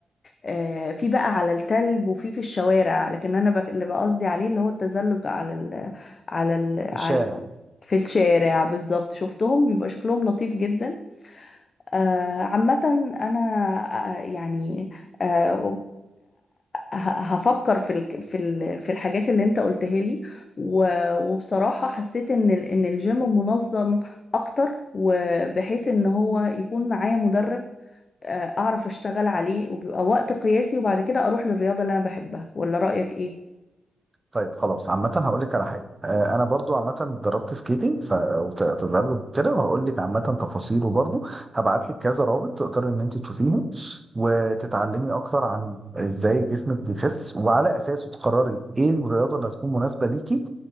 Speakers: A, on the left; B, on the right.
A: آه، في بقى على التلج وفي في الشوارع لكن انا بك- اللي بقصدي عليه اللي هو التزلج على ال على ال
B: في الشارع
A: على في الشارع بالظبط شفتهم بيبقى شكلهم لطيف جدا آه، عامة أنا آه، يعني آه، ه- هفكر في ال- في ال- في الحاجات اللي أنت قلتها لي و- وبصراحة حسيت إن ال- إن الجيم منظم أكتر وبحيث إن هو يكون معايا مدرب آه، أعرف أشتغل عليه وبيبقى وقت قياسي وبعد كده أروح للرياضة اللي أنا بحبها ولا رأيك إيه؟
B: طيب خلاص عامة هقول لك على حاجة آه، أنا برضو عامة اتدربت سكيتنج ف... وتزلج كده وهقول لك عامة تفاصيله برضو هبعت لك كذا رابط تقدر إن أنت تشوفيهم وتتعلمي أكتر عن إزاي جسمك بيخس وعلى أساسه تقرري إيه الرياضة اللي هتكون مناسبة ليكي